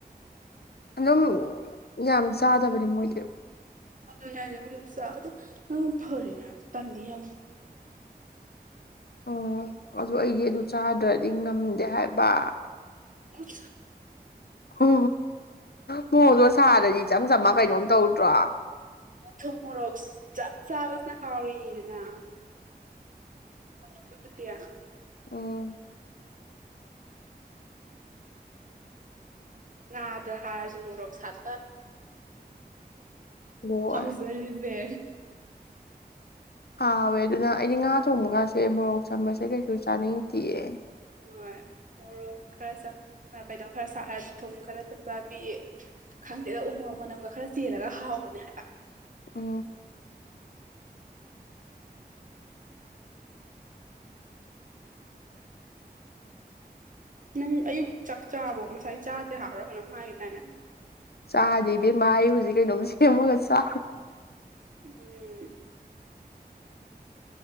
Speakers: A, on the left; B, on the right.
A: ꯑꯗꯨꯝ ꯌꯥꯝ ꯆꯥꯗꯕꯅꯤ ꯃꯣꯏꯗꯤ
B: ꯑꯗꯨꯅꯦ ꯍꯥꯏꯁꯦ ꯃ ꯆꯥꯛ ꯑꯗꯨꯣ ꯅ ꯐꯔꯤꯅꯦ ꯍꯥꯏꯕ ꯇꯜꯂꯤ ꯌꯥꯝꯅ
A: ꯑꯣ ꯑꯗꯨ ꯑꯩꯁꯦ ꯑꯗꯨ ꯆꯥꯗ꯭ꯔꯗꯤ ꯉꯝꯗꯦ ꯍꯥꯏꯕ
B: ꯑꯣꯁ
A: ꯎ ꯃꯑꯣꯡꯗꯣ ꯁꯥꯗꯗꯤ ꯏꯆꯝ ꯆꯝꯃ ꯀꯩꯅꯣꯝ ꯇꯧꯗ꯭ꯔꯣ
B: ꯃꯊꯨꯝ ꯃꯣꯔꯣꯛ ꯆꯥꯛ ꯆꯥꯕꯁꯤꯅ ꯍꯥꯎꯔꯤꯗꯅ ꯑ ꯎꯃꯇꯌꯥ
A: ꯎꯝ
B: ꯉꯅꯥꯗ ꯍꯥꯔꯁꯨ ꯃꯣꯔꯣꯛ ꯁꯥꯠ
A: ꯍꯣꯏ
B: ꯍꯖ ꯂꯩꯗꯦ
A: ꯍꯥꯎꯋꯦ ꯑꯗꯨꯅ ꯑꯩꯗꯤ ꯉꯥ ꯊꯣꯡꯕ ꯀꯥꯁꯦ ꯃꯣꯔꯣꯛ ꯆꯝꯕꯁꯦ ꯀꯩꯁꯨ ꯆꯥꯅꯤꯡꯗꯤꯑ
B: ꯍꯣꯏ ꯃꯣꯔꯣꯛ ꯈꯔ ꯆ ꯀꯩꯅꯣ ꯈꯔ ꯁꯥꯍꯟ ꯊꯨꯝ ꯈꯔꯁꯨ ꯆꯥꯕꯤ ꯈꯪꯗꯦꯗ ꯎ ꯃꯣꯡ ꯃꯅꯝꯒ ꯈꯔ ꯆꯦꯜꯂꯒ ꯍꯥꯎꯕꯅꯦ ꯍꯥꯏꯕ
A: ꯑ
B: ꯅꯪ ꯑꯌꯨꯛ ꯆꯥꯛ ꯆꯥꯕꯣ ꯉꯁꯥꯏ ꯆꯥꯗꯦ ꯍꯥꯎꯔꯒꯅꯝ ꯍꯥꯏꯈꯤ ꯇꯥꯏꯅ
A: ꯆꯥꯗꯤ ꯏꯕꯦꯝꯃꯥ ꯑꯩ ꯍꯧꯖꯤꯛ ꯀꯩꯅꯣꯝ ꯁꯦꯝꯃꯒ ꯆꯥ
B: ꯎꯝ